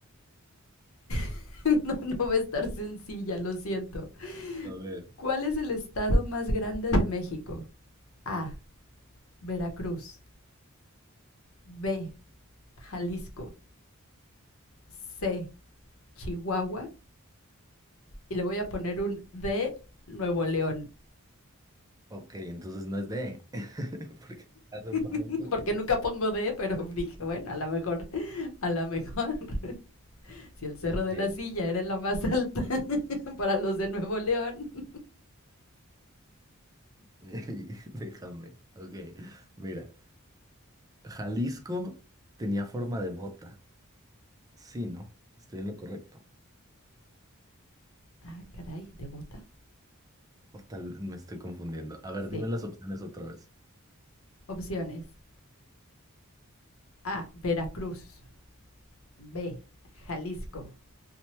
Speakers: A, on the left (about 70°); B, on the right (about 15°).
A: <laughs> no, no va a estar sencilla, lo siento.
B: A ver.
A: ¿Cuál es el estado más grande de México? A. Veracruz. B. Jalisco. C. Chihuahua. Y le voy a poner un D. Nuevo León.
B: Ok, entonces no es D. <laughs> Porque hace por
A: <laughs>
B: ahí.
A: Porque nunca pongo D, pero <laughs> dije, bueno, a lo mejor, a lo mejor. <laughs> si el Cerro
B: Ok,
A: de la Silla era la más alta <laughs> para los de Nuevo León. <laughs>
B: <laughs> déjame. Ok, mira, Jalisco tenía forma de bota. Sí, ¿no? Estoy en lo correcto.
A: Ah, caray, ¿de bota?
B: O tal, me estoy confundiendo. A ver,
A: Sí.
B: dime las opciones otra vez.
A: Opciones. A. Veracruz. B. Jalisco.